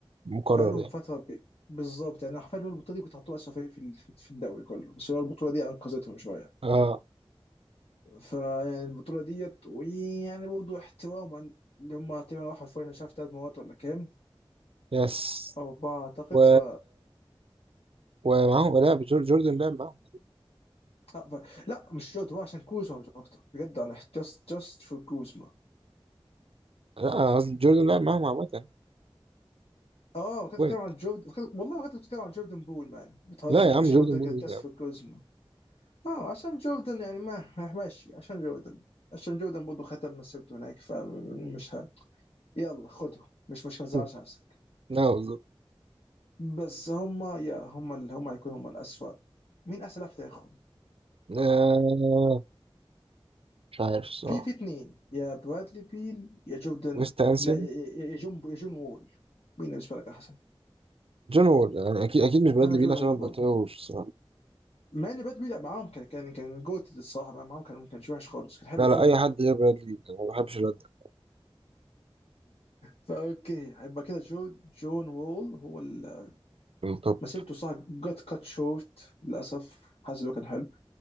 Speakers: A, on the right (about 70°); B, on the left (about 85°).
A: مكرر
B: بقالهم
A: يعني
B: فترة ب- بالظبط يعني حرفيا هو البطولة دي كنت حاطوها أسوأ فريق في ال- في في الدوري كله بس هو البطولة دي أنقذتهم شوية
A: آه
B: فيعني البطولة ديت ويعني برضه احتواما اللي هم تقريبا راحوا الفاينل مش عارف تلات مرات ولا كام
A: يس
B: أو أربعة أعتقد
A: و...
B: ف...
A: ومعاهم لا جور- جوردن لعب معاهم
B: آه، ف... لا مش لوت هو عشان كوزما مش أكتر بجد أنا just just for كوزما
A: لا قصدي جوردن لعب معاهم عامة
B: اه كنت
A: وين
B: بتتكلم عن جوردن كنت- والله كنت بتتكلم عن جوردن بول مان بتهزر
A: لا يا عم
B: عشان
A: جوردن
B: كده قلت لك
A: بول مين
B: جاست
A: يا عم
B: فور كوزما اه عشان جوردن يعني ما <laughs> ماشي عشان جوردن عشان جوردن برضه ختم مسيرته هناك فمش ه... يلا خده مش مش
A: <laughs>
B: ما تزعلش نفسك
A: لا بالظبط
B: بس هما يا هما اللي هما هيكونوا هما الأسوأ مين أحسن لاعب في تاريخهم؟
A: آه مش عارف الصراحة
B: في في اتنين يا برادلي بيل يا جوردن
A: ويست أنسن
B: لا يا يا- يا جون يا جون وول مين بالنسبة لك أحسن؟
A: جون وول يعني أكيد أكيد مش برادلي
B: أنا جون
A: بيل عشان
B: وول
A: أنا
B: برضه
A: ما بتابعوش
B: مع ان باد بيلعب معاهم كان كان كان جوت الصراحه معاهم كان كان وحش خالص كان حلو
A: لا
B: قوي
A: لا أي حد غير برادلي بيل، أنا ما بحبش الواد ده
B: فاوكي هيبقى كده جون جون وول هو ال-
A: من توب
B: مسيرته صح جت كات شورت للاسف حاسس إن هو كان حلو